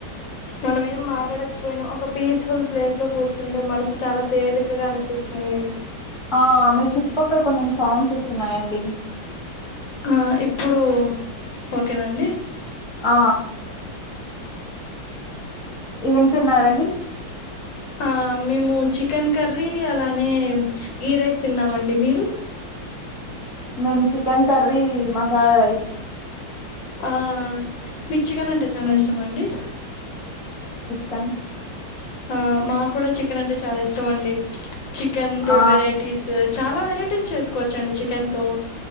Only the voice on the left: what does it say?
మనం ఏం మాట్లాడకపోయిన ఒక పీస్ఫుల్ ప్లేస్ లో కూర్చుంటే మనసు చాలా తేలికగా అనిపిస్తుంది
ఆ ఇప్పుడు ఓకేనండి
ఆ మేము చికెన్ కర్రీ అలానే గీ రైస్ తిన్నామండి మీరు
ఆ మి చికెన్ అంటే చాలా
ఇష్టమ అండి
ఆ మా కూడ చికెన్ అంటే చాలా ఇష్టం అండి చికెన్తో
వేరైటీస్ చాలా వెరైటీస్ చేసుకోవచ్చండి చికెన్తో